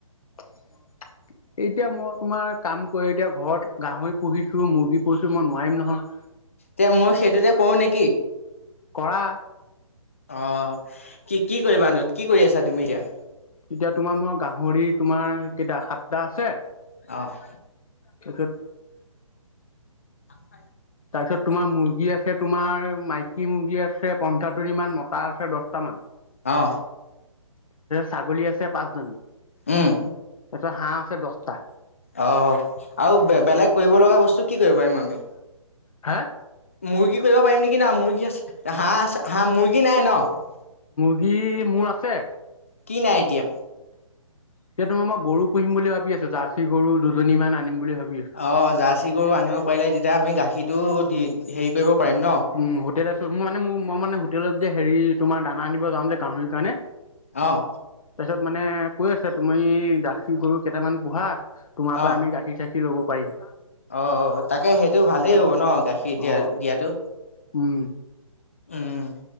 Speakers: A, on the left; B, on the left.
A: এতিয়া, মই তোমাৰ কাম কৰি এতিয়া ঘৰত গাহৰি পুহি ছোঁ মুৰ্গী পূহিছো মই নোৱাৰিম নহয়।
B: তে মই সেইটোতে কৰো নেকি?
A: কৰা।
B: অ', কি কি কৰিবা নো? কি কৰি আছা তুমি এতিয়া?
A: তেতিয়া তোমাৰ মই গাহৰি তোমাৰ কেইটা সাতটা আছে।
B: অ',
A: তাৰপিছত
B: <unintelligible>
A: তাৰপিছত তোমাৰ মুৰ্গী আছে তোমাৰ মাইকী মুৰ্গী আছে পন্ঞ্চাছ জনী মান, মতা আছে দহটা মান।
B: অ
A: ছাগলী আছে পাঁচজনী।
B: উম
A: তাৰপিছত হাঁহ আছে দচটা।
B: অ', আৰু বেলেগ কৰিব লগা বস্তু কি কৰিব পাৰিম আমি!
A: হা?
B: মুৰ্গী কৰিব পাৰিম নেকি না মুৰ্গী আছে হাঁহ আছে হা মুৰ্গী নাই ন'?
A: মুৰ্গী মোৰ আছে।
B: কি নাই এতিয়া?
A: এতিয়া তোাৰ মই গৰু পুহিম বুলি ভাবি আছো জাৰ্চী গৰু দুজনী মমান আনিম বুলি ভাবি আছো।
B: অ', জাৰ্চী গৰু আনিব পাৰিলে তেতিয়া আমি গাখীৰটো দি হেৰি কৰিব পাৰিম ন'!
A: উম, হোটেল আছো মোৰ মানে মোৰ মই মানে হোটেলত যে, হেৰি তোমাৰ দানা আনিব যাওঁ যে গাহৰিৰ কাৰণে।
B: অহ।
A: তাৰপিছত মানে কৈ আছে তুমি জাৰ্চী গৰু কেইটামান পোহা। তোমাৰ
B: অ'
A: পৰাই আমি গাখীৰ-চাখীৰ ল'ব পাৰিম।
B: অ', তাকে সেইটো ভালেই হ'ব ন' গাখীৰ দিয়া
A: অ
B: দিয়াতো।
A: উম
B: উম।